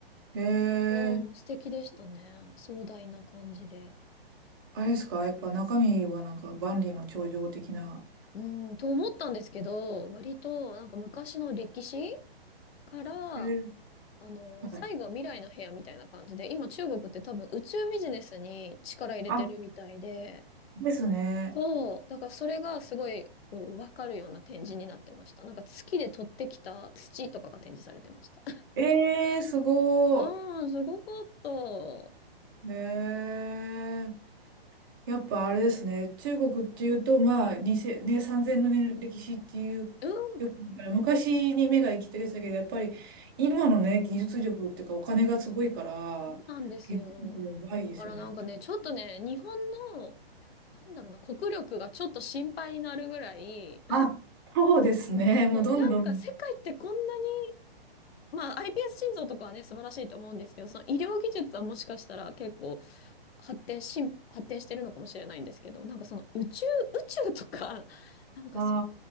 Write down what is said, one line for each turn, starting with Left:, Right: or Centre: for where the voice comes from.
Right: へえ、
Left: うん、素敵でしたね。壮大な感じで。
Right: あれですか、やっぱ中身はなんか万里の長城的な。
Left: うん、と思ったんですけど、割となんか昔の歴史から、
Right: へえー、
Left: あの、最後は未来の部屋みたいな感じで、
Right: はい。
Left: 今中国って多分宇宙ビジネスに力入れてるみたいで、
Right: あ、ですね。
Left: そう。だからそれがすごい、こう、わかるような展示になってました。なんか月で取ってきた土とかが展示されてました。
Right: ええー、すご
Left: <laughs> うん、すごかった。うん、
Right: い。ええ、やっぱあれですね、中国っていうと、まあ、2 0ね、3000の年の歴史っていう、
Left: そ
Right: よく見たら昔に目が行きがちだけど、やっぱり今のね、技術力っていうか、お金がすごいから、
Left: うなんですよ。
Right: 技術力やばいですよね。
Left: だからなんかね、ちょっとね、日本の、なんだろうな、国力がちょっと心配になるぐらい、
Right: あ、そうですね。
Left: そう、
Right: もうどんどん。
Left: なんか世界ってこんなに、まあ iPS 心臓とかはね、素晴らしいと思うんですけど、その医療技術はもしかしたら結構発展し、発展してるのかもしれないんですけど、なんかその宇宙、宇宙とか、<laughs> なんかそ、
Right: あ